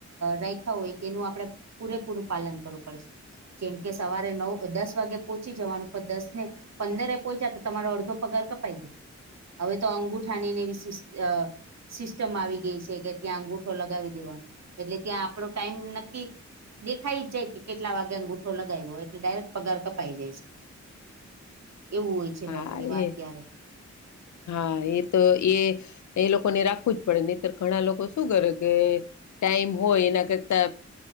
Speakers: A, on the right; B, on the left.
A: રાયખા હોય એનું આપડે પૂરેપૂરું પાલન કરવું પડશે. જેમકે સવારે નવ દસ વાગે પહોંચી જવાનું પણ દસને પંદરે પોહોંચ્યા તો તમારો અડધો પગાર કપાઈ જાય. અવે તો અંગુઠાની ને એવી સી અ સિસ્ટમ આવી ગેય છે કે ત્યાં અંગુઠો લગાવી દેવાનો એટલે ત્યાં આપણો ટાઈમ નક્કી દેખાઈ જાય કે કેટલા વાગ્યે અંગૂઠો લગાવ્યો એટલે ડાયરેક્ટ પગાર કપાઈ જાય છે. એવું હોય છે
B: હા
A: નોકરીમાં અત્યારે
B: એ હા એ તો એ એ લોકોને રાખવું જ પડે નહીતર ઘણા લોકો શું કરે કે ટાઈમ હોય એના કરતા